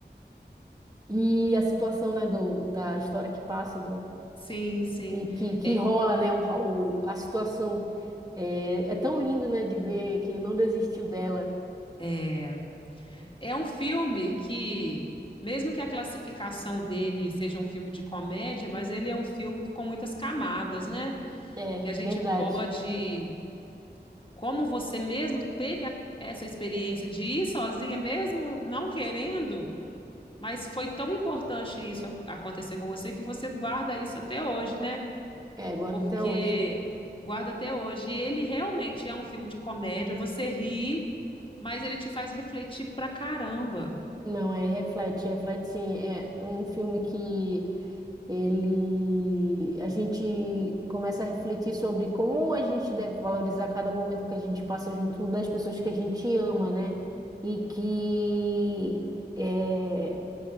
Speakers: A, on the right; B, on the left.
A: e a situação, né, do, da história que passa,
B: sim, sim.
A: que, que, que
B: É,
A: rola, né? O, o- a situação. É, é tão lindo, né, de ver que ele não desistiu dela.
B: é, é um filme que, mesmo que a classificação dele seja um filme de comédia, mas ele é um filme que, com muitas camadas, né?
A: É,
B: Que a gente
A: verdade.
B: pode como você mesmo teve a, essa experiência de ir sozinha, mesmo não querendo, mas foi tão importante isso acontecer com você que você guarda isso até hoje, né?
A: É, guardo
B: Porque
A: até hoje.
B: guarda até hoje. E ele realmente é um filme de comédia, você ri, mas ele te faz refletir pra caramba.
A: Não, é reflete, reflete sim. É um filme que ele a gente começa a refletir sobre como a gente deve valorizar cada momento que a gente passa junto das pessoas que a gente ama, né? E que é,